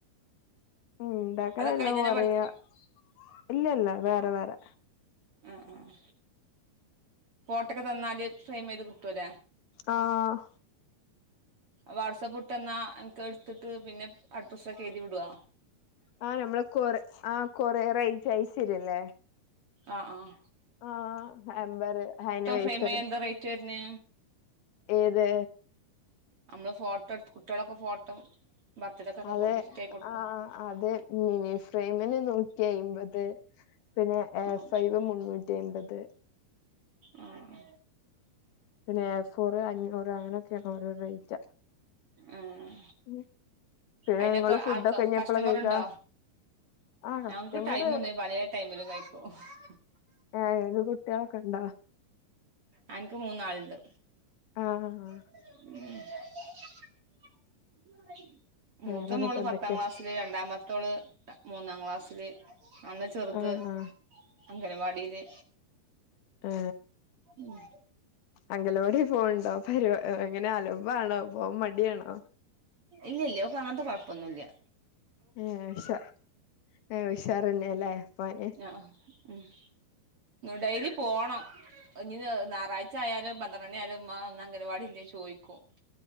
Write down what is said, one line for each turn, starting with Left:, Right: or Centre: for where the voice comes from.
Left: ഉ ഉണ്ടാക്കന
Right: അതൊക്കെ
Left: എല്ലാം
Right: അയിന്നന്നെ
Left: കുറയാ ഇല്ല ഇല്ല വേറെ വേറെ
Right: ആഹ ആഹ ഫോട്ടൊക്കെ തന്നാല് സേം ചെയത് ത്തല്ല
Left: ആഹ്
Right: വാട്സാപ്പ് ഇട്ട്െന്നാൽ എനിക്ക് എടുത്തിട്ട് പിന്നെ അഡ്രസ്സൊക്കെ എഴുതി വിടുോ
Left: ആ നമ്മളെ കൊറ ആഹ കൊററ ജൈസരില്ലേ
Right: ആഹ ആഹ
Left: ആഹ ഹമ്പർ ഹൈന വൈസര്
Right: ഫ്രെയിം ചെയ്യാൻ എന്താ റേറ്റ് വരുന്നേ
Left: ഏത്
Right: നമ്മള് ഫോട്ടോ എടു കുട്ടികളൊക്കെ ഫോട്ടോ ബർത്ത്ഡേക്കൊക്കെ
Left: അതെ
Right: ഗിഫ്റ്റ് ആയി കൊടുക്കും
Left: ആ അതെ മിനി ഫ്രെമിന് നൂറ്റി അമ്പത് പിന്നെ എ
Right: ഉം
Left: ഫൈവ് മുന്നൂറ്റി അമ്പത്
Right: ആഹ
Left: പിന്നെ എ ഫോറ് അഞ്ഞൂറ് അങ്ങനെയൊക്കെയ അവര റേറ്റ്ാ
Right: ആഹ്
Left: ഉം പിന്നെ
Right: അയിനൊക്കെ
Left: നിങ്ങള് ഫുഡൊക്കെ
Right: ആൾക്ക
Left: ഇഞ്ഞപ്പോള
Right: കസ്റ്റമർ
Left: കഴിക്കാ
Right: ഉണ്ടോ
Left: ആ കസ്റ്റമറ്
Right: ഞങ്ങക്ക് ടൈമ ഒന്ന പലയ ടൈമില ക <unintelligible>
Left: ആതത് <unintelligible> യാളെ കണ്ട
Right: ആ ഇനിക്ക് മൂന്നാള്ണ്ട്
Left: ആഹ് ആ
Right: <inaudible> <unintelligible> മൂത്ത
Left: വേറെങ്ങട്ട്
Right: മോള്
Left: എന്തൊക്കെ
Right: പത്താം ക്ലാസ്സില് രണ്ടാമത്തെ ത്തോള് മൂന്നാം ക്ലാസ്സില് അല്ലാ ചെറുത്
Left: ആ ആ
Right: അംഗനവാടിയില്
Left: ഏ
Right: ഉം
Left: അങ്കലവാടി പോണ് ണ്ടോ പരി എങ്ങനെ അലമ്പാണോ പോവാ മടിയാണോ
Right: ഇല്ല്യല്ല ഓക്ക് അങ്ങനത്തെ കൊഴപ്പൊന്നുംല്ല്യ
Left: ഏ ഉഷാ ഏ ഉഷാറന്നെല്ലേ പോവാന്
Right: ആഹ് ഉം ഡെയ്ലി പോണം ഇഞ്ഞി നാറാഴ്ച്ചയാലും പന്ത്രണ്ട്മണി ആയാലും ഉ ആ ഇന്ന് അംഗനവാടില്ലേ ചോയിക്കും